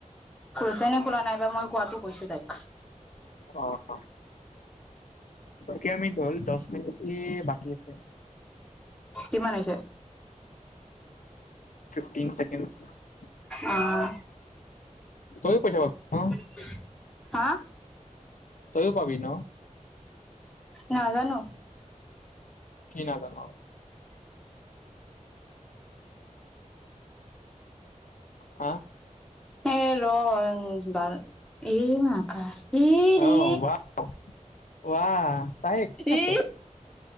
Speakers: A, in the centre; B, on the left.
A: কৈছেনে খোলা নাই বা মই কোৱাটো কৈছো তাইক।
B: অ কেইটা মিনিট হ'ল দহ মিনিট বাকী আছে
A: কিমান হৈছে?
B: Fourteen seconds. <unintelligible>
A: অহ।
B: তইও পইচা পাবি ন
A: <unintelligible> হা?
B: তইো পাবি ন?
A: নাজানো
B: কি নাজান? হা
A: উম ৰ বাল, এই মাকা এ ৰে
B: আহ বা <unintelligible> ৱাহ তায় নক
A: এ
B: <unintelligible>